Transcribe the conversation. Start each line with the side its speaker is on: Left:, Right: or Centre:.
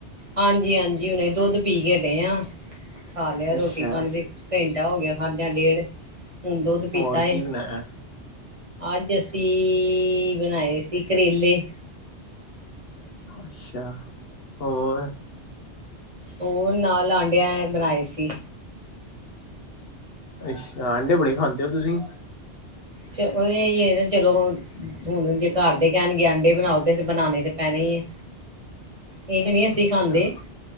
Right: ਹਾਂਜੀ ਹਾਂਜੀ ਹੁਨੇ ਦੁੱਧ ਪੀ ਕੇ ਹਟੇ ਆ ਖਾ ਲਿਆ ਰੋਟੀ
Left: ਅੱਛਾ
Right: ਪਾਣੀ ਦੇ ਘੰਟਾ ਹੋ ਗਿਆ ਖਾਦਿਆਂ ਡੇਢ ਹੁਣ ਦੁੱਧ
Left: ਹੋਰ
Right: ਪੀਤਾ ਏ।
Left: ਕੀ ਬਣਾਇਆ
Right: ਅੱਜ ਅਸੀਂ ਬਣਾਏ ਸੀ ਕਰੇਲੇ।
Left: ਅੱਛਾ। ਹੋਰ
Right: ਉਹ ਨਾਲ ਆਂਡਿਆਂ ਬਣਾਏ ਸੀ।
Left: ਅੱਛਾ ਅਂਡੇ ਬੜੇ ਖਾਂਦੇ ਹੋ ਤੁਸੀਂ।
Right: ਚਲ ਇਹ ਨਾ ਚਲੋ ਹੁਣ ਜੇ ਘਰ ਦੇ ਕਹਿਣਗੇ ਆਂਡੇ ਬਣਾਓ ਤੇ ਬਣਾਉਣੇ ਤੇ ਪੈਣੇ ਹੀ ਹੈ। ਇਹ ਤੇ ਨੀ ਅਸੀਂ
Left: ਅੱਛਾ
Right: ਖਾਂਦੇ